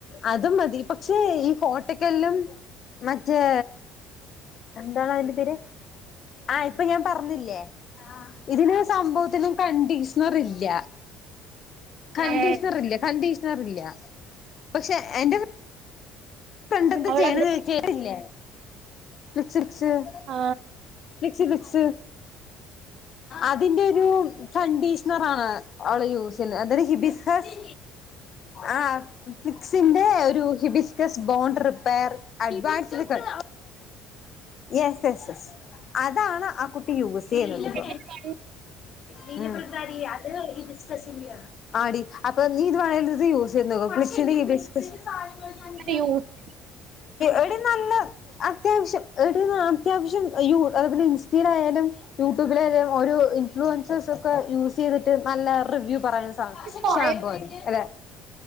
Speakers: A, on the left (about 40°); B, on the right (about 50°).
A: അതും മതി പക്ഷെ ഈ കോട്ടക്കെല്ലും മറ്റേ എന്താണ് അതിന്റെ പേര് ആഹ് ഇപ്പൊ ഞാൻ പറഞ്ഞില്ലേ ഇതിന് സംഭവത്തിന്കണ്ടീഷണർ ഇല്ല കണ്ടീഷണറില്ലേ
B: ഏ
A: കണ്ടീ ക്കാറില്ല പക്ഷേ എന്റെ ഇപ്പണ്ട്
B: അവളെന്ത്
A: ചെയ്യണത് ചെറില്ലേ? <unintelligible>
B: ആ
A: ലിക്സി ഫിക്സ് അതിന്റെരൂ കണ്ടീഷണർ ആണ് അവള് യൂസില്ല എന്താടി ഹിബി സ്കസ് ആഹ് ഫ്ലിക്സിന്റെ ഒരു hibiscus bond repair advance yes yes yes അതാണ് ആ കുട്ടി യൂസ്
B: ചെറുപ്പത്തി
A: ചെയ്യുന്നത് നീലഭൃംഗാദി അത് ഈ ഡിസ്കസിന്റെ ആണ് ആടി അപ്പൊ നീ ഇത് വേണങ്കിൽ ഇത് യൂസ് ചെയ്തു നോക്ക് പിച്ചിനീ ഡിസ്കസ് <inaudible>
B: യൂസ്
A: എടി നല്ല അത്യാവശ്യം എടി അത്യാവശ്യം യൂ അത് പിന്നെ ഇൻസ്റ്റെലായാലും യൂട്യൂബിലെലും ഓര് ഇൻഫ്ലുവൻസേസ്ക്കെ യൂസ് ചെയ്തിട്ട് നല്ല റിവ്യൂ പറയ്ണെ ആണ്
B: കൊറേ
A: ഷാംപൂവത് അതെ